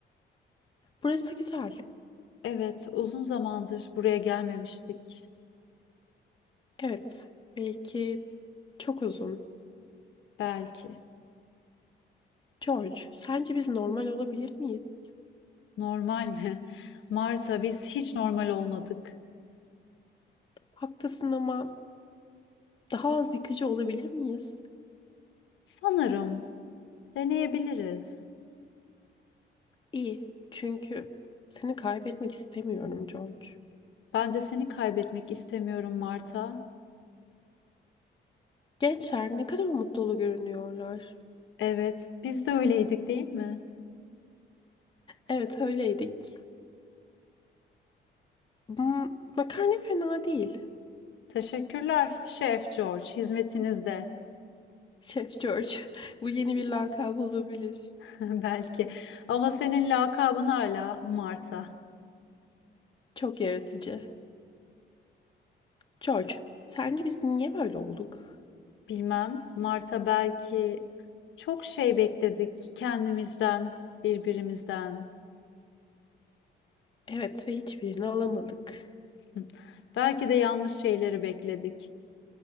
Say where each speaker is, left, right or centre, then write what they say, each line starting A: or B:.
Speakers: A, on the left; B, on the left.
A: Burası güzel.
B: Evet uzun zamandır buraya gelmemiştik.
A: Evet. Belki çok uzun.
B: Belki.
A: George, sence biz normal olabilir miyiz?
B: Normal mi? <laughs> Marta biz hiç normal olmadık.
A: Haklısın ama daha az yıkıcı olabilir miyiz?
B: Sanırım deneyebiliriz.
A: İyi. Çünkü seni kaybetmek istemiyorum George.
B: Ben de seni kaybetmek istemiyorum Marta.
A: Gençler ne kadar umut dolu görünüyorlar.
B: Evet, biz de öyleydik değil mi?
A: Evet öyleydik. Hmm, makarna fena değil.
B: Teşekkürler Şef George, hizmetinizde
A: Şef George. <laughs> Bu yeni bir lakap olabilir.
B: <laughs> belki. Ama senin lakabın hala Marta.
A: Çok yaratıcı. George, sence biz niye böyle olduk?
B: Bilmem, Marta belki çok şey bekledik kendimizden, birbirimizden.
A: Evet ve hiçbirini alamadık.
B: <laughs> Hı. Belki de yanlış şeyleri bekledik.